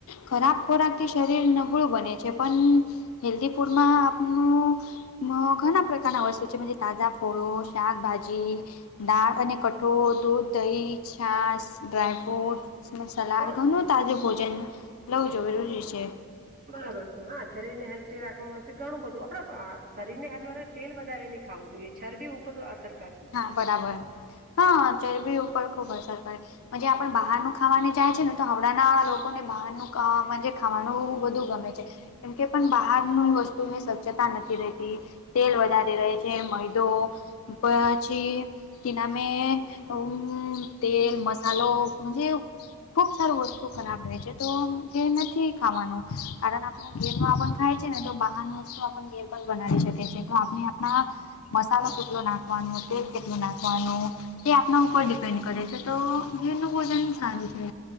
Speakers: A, on the left; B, on the right.
A: ખરાબ ખોરાક થી શરીર નબળું બને છે પણ હેલ્ધી ફૂડમાં આપનું માં ઘણા પ્રકારના વસ્તુ છે તાજા ફળો શાકભાજી દાળ અને ક ઠોળ દૂધ દહી છાશ ડ્રાય ફ્રુટ મસલાડ
B: હા
A: ઘણો તાજો ભોજન લવ
B: હા
A: જરૂરી છે.
B: બરાબર છે હા શરીર ને હેલ્થી રાખવા માટે ઘણું બધું આપડો અહ શરીર ને હેલ્વા તેલ વધારે નહી ખાવું જોઈએ ચરબી ઉપર અસર કરે
A: હા બરાબર હા ચરબી ઉપર ખુબ અસર કરે. મનજે આપણ બહારનું ખાવાને જાય છે ને તો હાવડા ના લોકોને બહારનું અહ મનજે ખાવાનું બધું ગમે છે કેમ કે બહારની વસ્ તોની સ્વચ્છતા નથી રહેતી તેલ વધારે રહે છે. મેંદો સાચી તેના મેં અમ્મ તેલ મસાલો મનજે ખુબ સારું વસ્તુ ખરાબ રહે છે તો તે નથી ખાવાનું કારણ આપણું ઘી માં આપણ ખાય છે ને તો બહારનૂ વસ્તુ ઘેર બનાવી શકે છે તો આપણે આપણા મસાલો કેટલો નાખ વાનું હતું કેટલું નાખવાનું તે આપના ઉપર ડિપેન્ડ કરે છે તો જેનું ભોજન સારું છે.